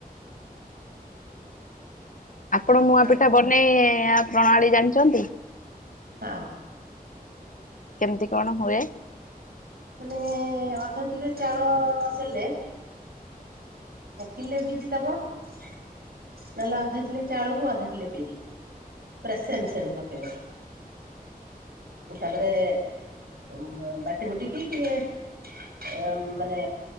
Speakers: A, on the left (about 60°); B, on the right (about 80°).
A: ଆପଣ ମୁଆଁପିଠା
B: ଆଉ
A: ବନେଇ-ଆ ପ୍ରଣାଳୀ ଜାଣିଚନ୍ତି?
B: ହଁ
A: କେମିତି କଣ ହୁଏ?
B: ମାନେ ଅଧକିଲେ ଚାଉଳ ଦେଲେ କିଲେ ବିଦିଦବ। ନହେଲେ ଅଧକିଲେ ଚାଉଳକୁୁ ଅଧକିଲେ ବିରି। ପୁରା ସେମସେମ ପକେଇବ। ତାପରେ ଉମ ବାଟିବୁଟିକି ଟିକେ ଏ ମାନେ